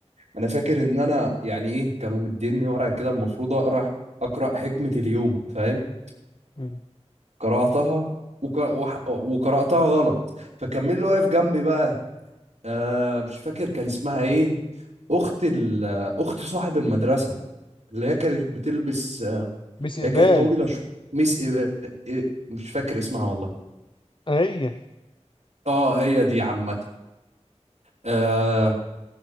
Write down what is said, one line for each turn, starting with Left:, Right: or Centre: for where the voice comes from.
Right: انا فاكر ان انا يعني ايه كانوا مديني ورقه كده المفروض اقرا اقرا حكمه اليوم فاهم
Left: مم.
Right: فقراتها وك... وح... وقراتها غلط فكمل اللي واقف جنبي بقى آه مش فاكر كان اسمها ايه اخت ال... اخت صاحب المدرسه اللي هي كانت بتلبس آه،
Left: مس إقبال
Right: هي كانت طويله شويه ميس إيه... إيه... مش فاكر اسمها والله
Left: هي
Right: اه هي دي عامه آه،